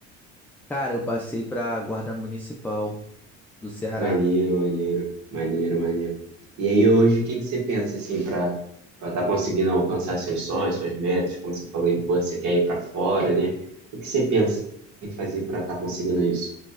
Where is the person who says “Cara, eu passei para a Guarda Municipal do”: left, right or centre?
Centre